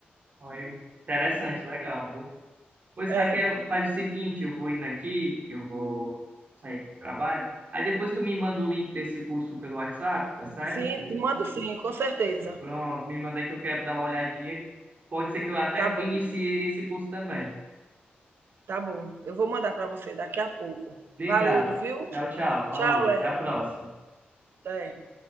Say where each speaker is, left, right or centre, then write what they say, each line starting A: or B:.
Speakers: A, on the right; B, on the right.
A: Olha aí. Interessante, legal, viu? Pois, Raquel,
B: É.
A: faz o seguinte, eu vou indo aqui, eu vou sair do trabalho. Aí depois tu me manda o link desse curso pelo WhatsApp, tá certo?
B: Sim, te mando sim, com certeza.
A: Pronto, me manda aí que eu quero dar uma olhadinha. Pode ser que eu até
B: Tá bom,
A: inicie esse curso também.
B: tá bom. Eu vou mandar para você daqui a pouco.
A: Obrigado.
B: Valeu, viu?
A: Tchau, tchau. Falou.
B: Tchau, Léo.
A: Até a próxima.
B: Até.